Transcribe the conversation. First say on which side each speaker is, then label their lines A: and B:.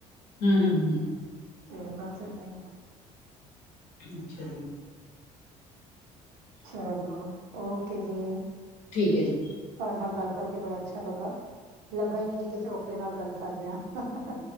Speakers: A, on the left (about 85°); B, on the right (about 80°).
A: ਹੂੰ ਹੂੰ ਹੂੰ।
B: ਤੇ ਬਸ ਏਦਾਂ ਈ।
A: ਅੱਛਾ ਜੀ।
B: ਚਲੋ ਓਕੇ ਜੀ।
A: ਠੀਕ ਐ ਜੀ।
B: ਤਾਡੇ ਨਾਲ ਗੱਲ ਕਰਕੇ ਬੜਾ ਅੱਛਾ ਲੱਗਾ। ਲੱਗਾ ਈ ਨੀ ਕਿ ਕਿਸੇ ਔਪਰੇ ਨਾਲ ਗੱਲ ਕਰ ਰਹੇ ਆ।